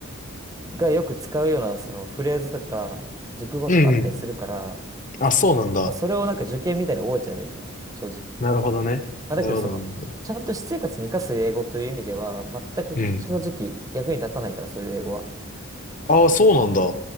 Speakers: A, on the right (about 15°); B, on the left (about 40°).
A: がよく使うようなそのフレーズとか、熟語とかあったりするから、
B: うんうん。あ、そうなんだ。
A: まあそれをなんか受験みたいに覚えちゃえばいいと思う。正直。
B: なるほどね。
A: まあ、
B: なるほど、
A: だけど、その、
B: なるほど。
A: ちゃんと私生活に生かす英語という意味では、全く正直役に立たないから、
B: うん。
A: そういう英語は。
B: ああ、そうなんだ。